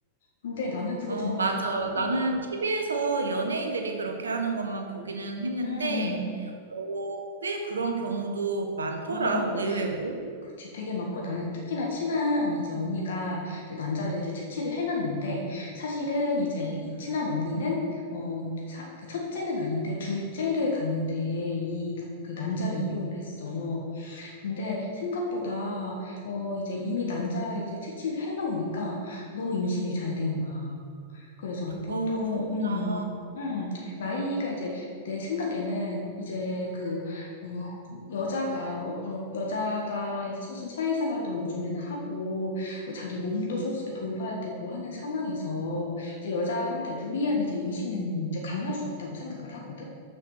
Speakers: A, on the left (about 65°); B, on the right (about 80°).
A: 근데 나는 그게
B: 어,
A: 정말
B: 맞아.
A: 좀, 음,
B: 나는 TV에서 연예인들이 그렇게 하는 것만 보기는 했는데,
A: 음, 음.
B: 어, 꽤 그런 경우도 많더라,
A: 어,
B: 의외로.
A: 그치, 되게 많고 나는 특히나 친한 이제 언니가 이제 난자를 이제 채취를 해놨는데 사실은 이제 이 친한 언니는 어, 사, 그 첫째는 아닌데 둘째를 갔는데 이 그 난자를 이용을 했어. 근데 생각보다 어 이제 이미 난자를 이제 채취를 해놓으니까 너무 임신이 잘 된 거야. 그래서 보통,
B: 어, 그렇구나.
A: 음, 음, 나이가 이제 내 생각에는 이제 그, 어, 여자가, 어, 뭐, 여자가 이제 사실 사회생활도 요즘에는 하고, 뭐 자기 몸도 솔직히 돌봐야 되고 하는 상황에서 이제 여자한테 무리한 이제 임신은 이제 강요할 수 없다고 생각을 하거든?